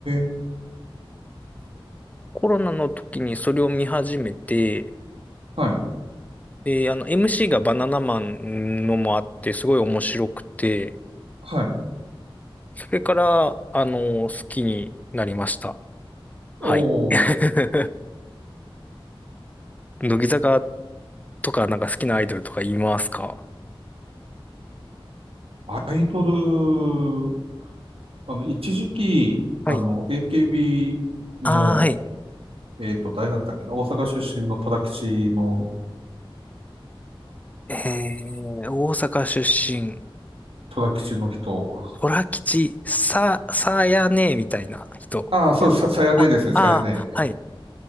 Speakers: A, on the right; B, on the left.
A: え、
B: コロナの時にそれを見始めて、
A: はい、
B: で、あの MC がバナナマンのもあってすごい面白くて、
A: はい。
B: それからあの好きになりました。はい。
A: おー、
B: <laughs> 乃木坂とかなんか好きなアイドルとか言いますか
A: アイドル、あの、一時期、
B: はい。
A: あの、AKB の、
B: ああ、はい。
A: えっと、誰だったっけな、大阪出身の戸田吉の、
B: えー、大阪出身、
A: 戸田吉の人。
B: オラ吉、さ、さやねみたいな人。
A: ああ、そう、さ、さやねですね、
B: あ、ああ、
A: さやね。
B: はい。